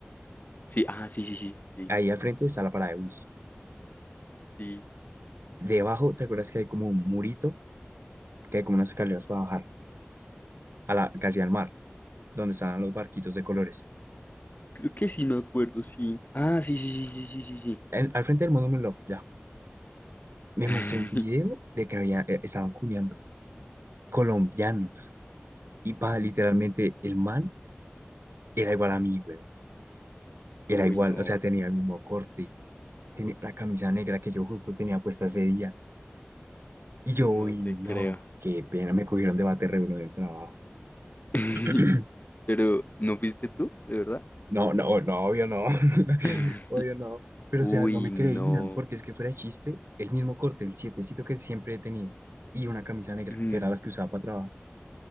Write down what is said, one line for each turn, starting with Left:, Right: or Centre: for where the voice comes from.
Left: Sí, ah, sí, sí, sí, sí,
Right: ahí al frente está la parada de bus.
Left: sí.
Right: Debajo, ¿te acuerdas que hay como un murito? que hay como unas escaleras para bajar a la, casi al mar, donde estaban los barquitos de colores.
Left: Creo que sí me acuerdo, sí. Ah, sí, sí, sí, sí, sí, sí, sí.
Right: En- al frente del Monument Love, ya. Me mostró
Left: <laughs>
Right: un video de que había, eh, estaban cuneando colombianos. Y pa, literalmente, el man era igual a mí, weón. Era
Left: Uy,
Right: igual,
Left: no,
Right: o sea, tenía el mismo corte, tenía la camisa negra que yo justo tenía puesta ese día. Y yo,
Left: no
Right: uy,
Left: te
Right: no,
Left: creo.
Right: qué pena, me cogieron de bate re uno del trabajo.
Left: <laughs>
Right: <clears throat>
Left: Pero, ¿no fuiste tú? ¿De verdad?
Right: No, no, no, obvio no, <laughs>
Left: <laughs>
Right: obvio no. Pero, o sea,
Left: Uy,
Right: no me
Left: no.
Right: creían, porque es que fuera de chiste, el mismo corte, el sietecito que siempre he tenido, y una camisa negra,
Left: <laughs>
Right: que era las que usaba para trabajar.